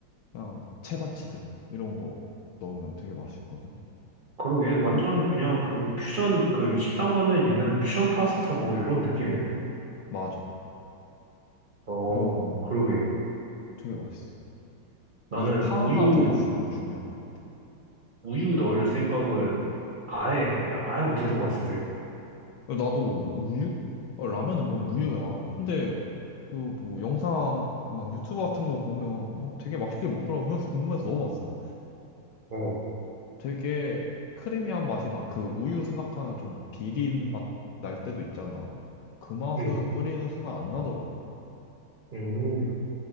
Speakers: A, on the left; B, on the right.
A: 그냥 체다 치즈 이런 거 넣으면 되게 맛있거든.
B: 그러게, 완전 그냥 그 퓨전, 그 식당 가면 있는 퓨전 파스타 뭐 이런 느낌이네.
A: 맞아.
B: 어,
A: 그럼
B: 그러게.
A: 되게 맛있어.
B: 나는
A: 이게 파가
B: 우유,
A: 제일 중에 중요한 것 같아.
B: 우유 넣을 생각은 아예, 아예 못했던 것 같은데.
A: 나도 우유? 어, 라면은 뭐 우유야. 근데 그 뭐 영상 막 유튜브 같은 거 보면 뭐 되게 맛있게 먹더라고. 그래서 궁금해서 넣어봤어.
B: 어,
A: 되게 크리미한 맛이 나. 그 우유 생각하는 좀 비린 맛 날 때도 있잖아. 그 맛은
B: 음,
A: 끓이는 순간 안 나더라고.
B: 음.